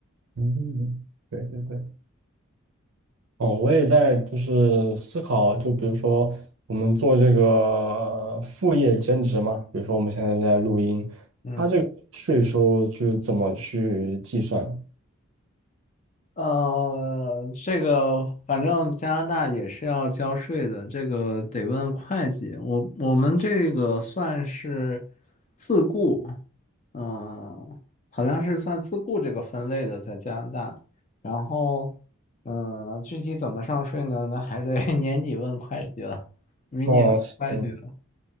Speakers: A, on the right; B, on the left.
A: 嗯，对对对。哦，我也在就是思考，就比如说我们做这个副业兼职嘛，比如说我们现在正在录音，
B: 嗯。
A: 它这个税收就怎么去计算？
B: 呃，这个反正加拿大也是要交税的，这个得问会计。我我们这个算是自雇，嗯、好像是算自雇这个分类的，在加拿大。然后，嗯、具体怎么上税呢？那还得 <laughs> 年底问会计了，明年问会计了。
A: 哦，行